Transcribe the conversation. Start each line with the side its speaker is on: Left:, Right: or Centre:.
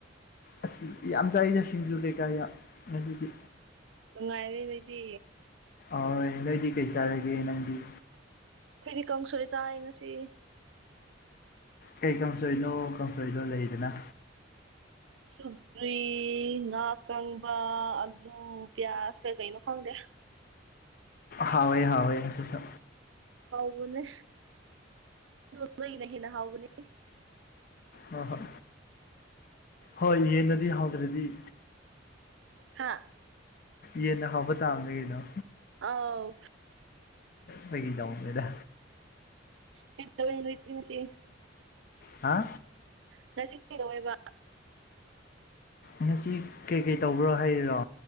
Left: ꯑꯁ ꯌꯥꯝ ꯆꯥꯏꯗ ꯁꯤꯡꯖꯨ ꯀꯩꯀꯥ ꯌꯥꯝ ꯉꯁꯤꯗꯤ
Right: ꯅꯨꯡꯉꯥꯏꯔꯦ ꯅꯣꯏꯗꯤ
Left: ꯑꯣꯏ ꯅꫭꯏꯗꯤ ꯀꯩ ꯆꯥꯔꯒꯦ ꯅꯪꯗꯤ
Right: ꯑꯩꯈꯣꯏꯗꯤ ꯀꯥꯡꯁꯣꯏꯦ ꯆꯥꯏꯌꯦ ꯉꯁꯤ
Left: ꯀꯩ ꯀꯥꯡꯁꯣꯏꯅꯣ ꯀꯥꯡꯁꯣꯏꯗꯣ ꯂꯩꯗꯅ
Right: ꯁꯨꯧꯒ꯭ꯔꯤ ꯉꯥ ꯑꯀꯪꯕ ꯑꯂꯨ ꯄꯤꯌꯥꯁ ꯀꯩ ꯀꯩꯅꯣ ꯈꯪꯗꯦ
Left: ꯍꯥꯎꯋꯦ ꯍꯥꯎꯋꯦ ꯑꯗꯨꯁꯨ
Right: ꯍꯥꯎꯕꯅꯦ ꯑꯗꯣ ꯅꯣꯏꯒꯤꯅ ꯍꯦꯟꯅ ꯍꯥꯎꯕꯅꯦ
Left: ꯍꯣ ꯍꯣꯏ ꯍꯣꯏ ꯌꯦꯟꯅꯗꯤ ꯍꯥꯎꯗ꯭ꯔꯗꯤ
Right: ꯍꯥꯥ
Left: ꯌꯦꯟꯅ ꯍꯥꯎꯕ ꯇꯥꯕꯅꯦ ꯀꯩꯅꯣ
Right: ꯑꯥꯎ
Left: ꯐꯥꯒꯤ ꯇꯧꯕꯅꯤꯗ
Right: ꯀꯩ ꯇꯧꯋꯦ ꯅꯣꯏꯗꯤ ꯉꯁꯤ
Left: ꯍꯥ
Right: ꯉꯁꯤ ꯀꯩꯗꯧ ꯋꯦꯕ
Left: ꯉꯁꯤ ꯀꯩꯀꯩ ꯇꯧꯕ꯭ꯔꯣ ꯍꯥꯏꯔꯤꯔꯣ